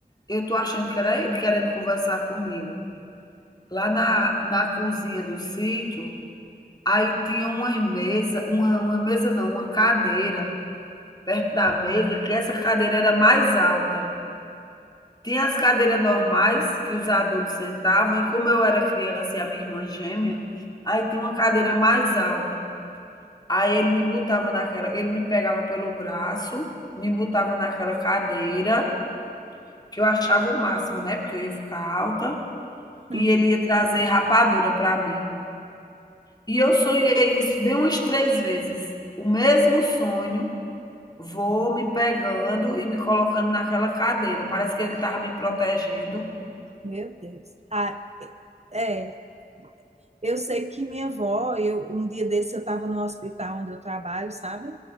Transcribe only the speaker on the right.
Hum.
Meu Deus. Ah, é, é, eu sei que minha avó, eu, um dia desse eu estava no hospital onde eu trabalho, sabe?